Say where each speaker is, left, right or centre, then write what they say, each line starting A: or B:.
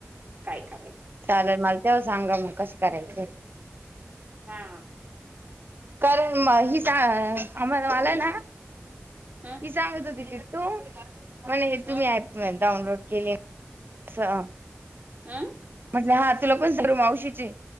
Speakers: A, on the right; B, on the right.
A: काय कावाय
B: चालेल मला तेव्हा सांगा मग कसं करायचं
A: हा
B: कारण म हिचा आम्हाला मला ना
A: हं.
B: ही सांगत होती किट्टू, म्हणे
A: हम्
B: तुम्ही ऍप डाउनलोड केले असं.
A: अं.
B: म्हट हा तुला पण सर्व मावशीचे